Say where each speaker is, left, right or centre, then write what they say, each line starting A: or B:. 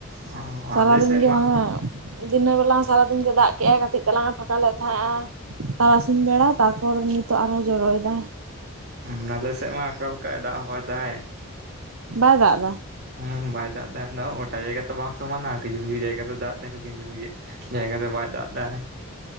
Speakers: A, on the right (about 50°); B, on the right (about 80°).
A: ᱚ
B: ᱥᱟᱨᱟᱫᱤᱱ
A: ᱟᱞᱮ ᱥᱮᱫ
B: ᱜᱮ
A: ᱢᱟ
B: ᱦᱟᱸ- ᱦᱟᱸᱜ ᱫᱤᱱᱟᱹ ᱵᱮᱞᱟ ᱶᱚ ᱥᱟᱨᱟᱫᱤᱱ ᱜᱮ ᱫᱟᱜ ᱠᱮᱜᱼᱟᱭ, ᱠᱟᱹᱴᱤᱡ ᱛᱟᱞᱟᱝᱮ ᱯᱷᱟᱠᱟ ᱞᱮᱫ ᱛᱷᱮᱸᱜᱼᱟ᱾ ᱛᱟᱨᱟᱥᱤᱧ ᱵᱮᱲᱟ ᱛᱟᱨᱯᱚᱨ ᱱᱤᱛᱚᱜ ᱟᱨᱦᱚᱸ ᱡᱚᱨᱚᱭ ᱫᱟᱭ᱾
A: ᱩᱸ ᱱᱟᱞᱮ ᱥᱮᱜ ᱢᱟ ᱟᱠᱟᱞᱠᱟᱜ ᱫᱟᱜ ᱦᱚ ᱵᱟᱭ ᱫᱟ ᱮᱫ᱾
B: ᱵᱟᱭ ᱫᱟᱜ ᱫᱟ?
A: ᱦᱩᱸ ᱵᱟᱭ ᱫᱟᱜ ᱫᱟ ᱟᱫᱚ ᱜᱚᱴᱟ ᱡᱟᱭᱜᱟ ᱛᱚ ᱵᱟᱝ ᱥᱚᱢᱟᱱᱟ! ᱠᱤᱪᱩ-ᱠᱤᱪᱩ ᱡᱟᱭᱜᱟᱨ ᱫᱚ ᱫᱟᱜ ᱫᱟ, ᱠᱤᱥᱩ-ᱠᱤᱥᱩ ᱡᱟᱭᱜᱟ ᱫᱚ ᱵᱟᱭ ᱫᱟᱜ ᱫᱟ ᱦᱮᱸ